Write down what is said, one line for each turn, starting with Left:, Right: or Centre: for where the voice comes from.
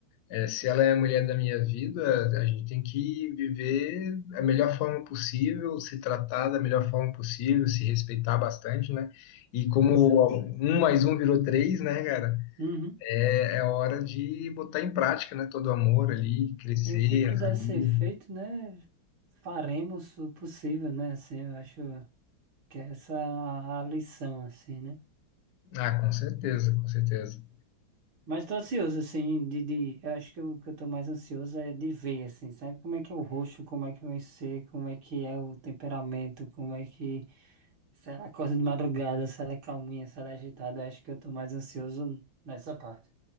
Left: eh, se ela é a mulher da minha vida, a gente tem que viver a melhor forma possível, se tratar da melhor forma possível, se respeitar bastante, né? E como
Right: Exato.
Left: um mais um virou três, né, cara?
Right: Uhum.
Left: É, é hora de botar em prática, né? Todo o amor ali, crescer,
Right: E o que puder
Left: a família.
Right: ser feito, né? Faremos o possível, né? Assim, eu acho. que é essa a a lição, assim, né?
Left: Ah, com certeza, com certeza.
Right: Mas tô ansioso, assim, de, de, eu acho que o que eu tô mais ansioso é de ver, assim, sabe como é que é o rosto, como é que vai ser, como é que é o temperamento, como é que, se ela acorda de madrugada, se ela é calminha, se ela é agitada, eu acho que eu tô mais ansioso nessa parte.